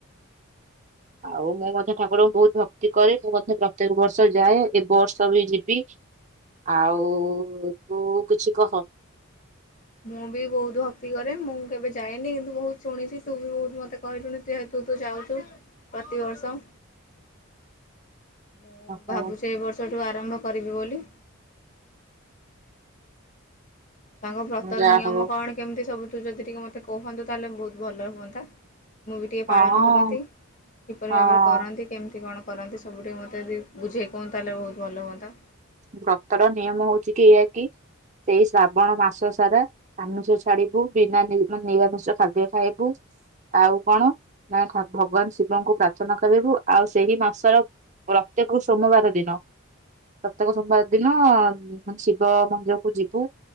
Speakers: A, on the right; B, on the left.
A: ଆଉ ମୁଁ ମଧ୍ୟ ଠାକୁରଙ୍କୁ ବହୁତ ଭକ୍ତି କରେ ମୁଁ ମଧ୍ୟ ପ୍ରତ୍ୟେକ ବର୍ଷ ଯାଏ ଏ ବର୍ଷ ବି ଯିବି ଆଉ-ଉ-ଉ ତୁ କିଛି କହ।
B: ମୁଁ ବି ବହୁତ ଭକ୍ତି କରେ ମୁଁ କେବେ ଯାଇନି କିନ୍ତୁ ବହୁତ ଶୁଣିଛି ତୁ ବି ବହୁତ ମତେ କହିିଲୁଣି ଯେହେତୁ ତୁ ଯାଉଛୁ ପ୍ରତିବର୍ଷ। ମୁଁ
A: ହଁ
B: ଭାବୁଛି ଏ ବର୍ଷଠୁ ଆରମ୍ଭ। କରିବି ବୋଲି। ସାଙ୍ଗ ବ୍ରତର
A: ଯାହା
B: ନିୟମ
A: ହଉ
B: କଣ କେମିତି ସବୁ ତୁ ଯଦି ଟିକେ ମତେ କୁହନ୍ତୁ। ତାହେଲେ ବହୁତ ଭଲ ହୁଅନ୍ତା। ମୁଁ ବି ଟିକେ
A: ହଁ
B: ପାଳନ କରନ୍ତି କିପରି
A: ହଁ
B: ଭାବରେ କରନ୍ତି। କେମିତି କଣ କରନ୍ତି ସବୁ ଟିକେ ମତେ ଯି ବୁଝେଇ କୁହନ୍ତ। ତାହେଲେ ବହୁତ ଭଲ ହୁଅନ୍ତା।
A: ବ୍ରତର ନିୟମ ହଉଛି କି ଏହା କି ସେଇ ଶ୍ରାବଣ ମାସ ସାରା ଆାମିଷ ଛାଡିବୁ। ବିନା ନିରାମିଷ ଖାଦ୍ୟ ଖାଇବୁ। ଆଉ କଣ ନା ଭଗବାନ ଶିବଙ୍କୁ ପ୍ରାର୍ଥନା କରିବୁ। ଆଉ ସେଇ ମାସର ପ୍ରତ୍ୟେକ ସୋମବାର ଦିନ। <inaudible> ପ୍ରତ୍ୟେକ ସୋମବାର ଦିନ ମାନେ ଶିବ ମନ୍ଦିର କ ଯିବୁ।